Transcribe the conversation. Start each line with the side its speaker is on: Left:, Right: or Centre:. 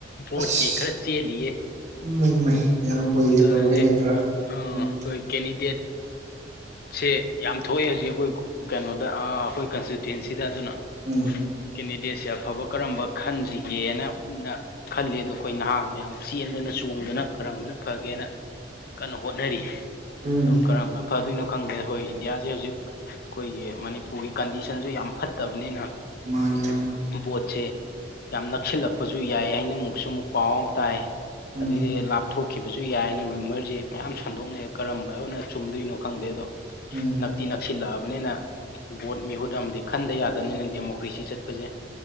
Right: ꯑꯁ
Left: ꯣꯠꯀꯤ ꯈꯔ ꯆꯦꯜꯜꯂꯤꯌꯦ
Right: ꯏꯃꯩ ꯃꯩ ꯏꯌꯥꯝꯕꯍꯣꯏꯒꯤ
Left: ꯑꯗꯨꯅꯖꯤꯛ
Right: ꯇꯧꯔꯦꯅꯦ ꯈꯔ
Left: ꯑꯩꯈꯣꯏ
Right: ꯎꯝ
Left: ꯀꯦꯟꯗꯤꯗꯦꯠ ꯁꯦ ꯌꯥꯝ ꯊꯣꯛꯑꯦ ꯍꯧꯖꯤꯛ ꯑꯩꯈꯣꯏ ꯀꯩꯅꯣꯗ ꯑꯩꯈꯣꯏ ꯀꯟꯁꯇꯤꯇ꯭ꯋꯦꯟꯁꯤꯗ ꯑꯗꯨꯅ
Right: ꯎꯝ
Left: ꯀꯦꯟꯗꯤꯗꯦꯠꯁꯦ ꯑꯐꯕ ꯀꯔꯝꯕ ꯈꯟꯁꯤꯒꯦꯅ ꯃꯨꯟꯅ ꯈꯜꯂꯤ ꯑꯗꯣ ꯑꯩꯈꯣꯏ ꯅꯍꯥ ꯃꯌꯥꯝ ꯆꯦꯟꯗꯅ ꯆꯣꯡꯗꯅ ꯀꯔꯝꯕꯅ ꯐꯒꯦꯅ ꯀꯟꯅ ꯍꯣꯠꯅꯔꯤ
Right: ꯎꯝ
Left: ꯀꯔꯝꯕꯅ ꯐꯗꯣꯏꯅꯣ ꯈꯪꯗꯦ ꯍꯣꯏ ꯏꯟꯗꯤꯌꯥꯁꯦ ꯍꯧꯖꯤꯛ ꯑꯩꯈꯣꯏꯒꯤ ꯃꯅꯤꯄꯨꯔꯒꯤ ꯀꯟꯗꯤꯁꯟꯁꯨ ꯌꯥꯝ ꯐꯠꯇꯕꯅꯤꯅ
Right: ꯃꯥꯅꯤ ꯌꯥꯝ
Left: ꯕꯣꯠꯁꯦ ꯌꯥꯝ ꯅꯛꯁꯤꯜꯂꯛꯄꯁꯨ ꯌꯥꯏ ꯍꯥꯏꯅ ꯑꯃꯨꯛꯁꯨ ꯑꯃꯨꯛ ꯄꯥꯎ ꯑꯃ ꯇꯥꯏ
Right: ꯎꯝ
Left: ꯑꯗꯩꯗꯤ ꯊꯣꯛꯈꯤꯕꯁꯨ ꯌꯥꯏꯅ ꯔꯤꯃꯔꯁꯤ ꯃꯌꯥꯝ ꯁꯟꯗꯣꯛꯅꯩ ꯀꯔꯝꯕꯅ ꯆꯨꯝꯗꯣꯏꯅꯣ ꯈꯪꯗꯦ ꯑꯗꯣ
Right: ꯎꯝ
Left: ꯅꯞꯇꯤ ꯅꯛꯁꯤꯜꯂꯛꯑꯕꯅꯤꯅ ꯕꯣꯠ ꯃꯤꯍꯨꯠ ꯑꯃꯗꯤ ꯈꯟꯗ ꯌꯥꯗꯕꯅꯤꯅ ꯗꯦꯃꯣꯀ꯭ꯔꯦꯁꯤ ꯆꯠꯄꯁꯦ